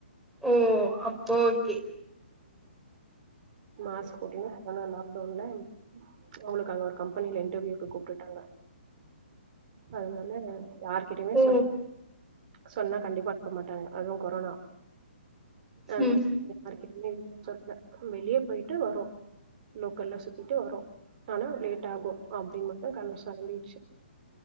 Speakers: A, in the centre; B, on the right (about 45°).
A: ஓ ஓகே
B: மாஸ்க் போட்டனா கொரோனா லாக்டவுனில் அவங்களுக்கு அங்கே ஒரு கம்பெனியில் இன்டர்வியூக்கு கூப்பிட்டுட்டாங்க அதனால யார் கிட்டயுமே
A: ஓ
B: சொல் சொன்னா கண்டிப்பா அனுப்ப மாட்டாங்க அதுவும் கொரோனா
A: ஹீம்
B: அதனால யார்கிட்டயுமே எதுவும் சொல்ல வெளியே போய்ட்டு வரோம் லோக்கல்ல சுத்திட்டு வரோம் ஆனா லேட் ஆகும் அப்படின்னு மட்டு கண்ண சொரண்டிச்சு